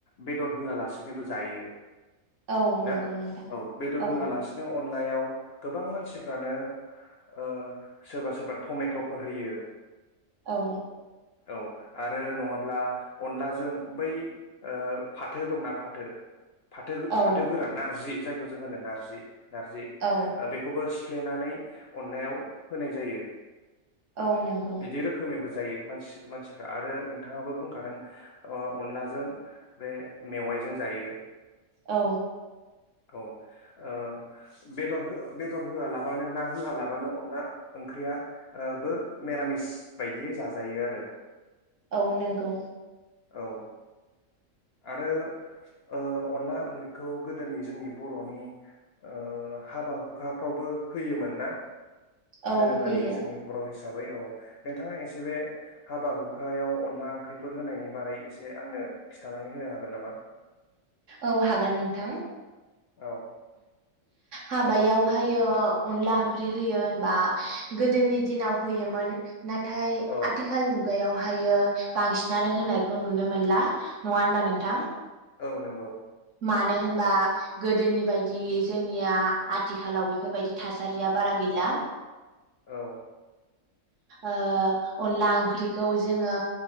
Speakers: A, on the left; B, on the right.
A: बेदर होआलासिनोबो जायो।
B: औ
A: ना
B: नंगौ नोंथां
A: औ बेदर
B: औ
A: होआलासिनो अनला मायाव गोबां मानसिफ्रानो ओ सोरबा सोरबा थमेट'फोर होयो।
B: औ।
A: औ आरो नङाब्ला अनलाजों बै ओ फाथो दंना फाथो । फाथो
B: औ
A: फाथो गोरान नारजि। जायखौ जों होनो नारजि। नारजि ओ
B: औ
A: बेखौबो सि फ्लेनानै अनलायाव होनाय जायो।
B: औ नोंगौ ।
A: बिदि रोखोमैबोज जायो, मानसि मानसिफोरा आरो नोंथांङाबो बुंखादों ओ अनलाजों बे मेवायजों जायो।
B: औ।
A: औ ओ बेदर बेदर होआलाबानो ना होआलाबानो अनला ओंख्रिया ओबो मिरामिस बायदियै जाजायो आरो।
B: औ नंगौ
A: औ आरो ओ अनला ओंख्रिखौ गोदोनि जोंनि बर'नि ओ हाबा हुखाफ्रावबो होयोमोन ना?
B: औ
A: दोरोङारि
B: होयो
A: जोंनि बर' हिसाब हिसाबै औ नोंथाङा एसे बे हाबा हुखायाव अनला ओंख्रिफोर होनायनि बारै एसे आंनो खि थानानै होनो हागोन नामा?
B: औ हागोन नोंथां ।
A: औ
B: हाबायाव ओमफायो ओ अनला ओंख्रि होयो होनबा गोदोनि दिनाव होयोमोन । नाथाय
A: औ
B: आथिखाल मुगायावहायो बांसिनानो होनायखौ नुनो मोनला नङा होनबा नोंथां
A: औ नंगौ
B: मानो होनबा गोदोनि बायदि जोंनिया आथिखालाव बेफोरबायदि थासारिया बारा गैला
A: औ
B: ओ अनला ओंख्रिखौ जोङो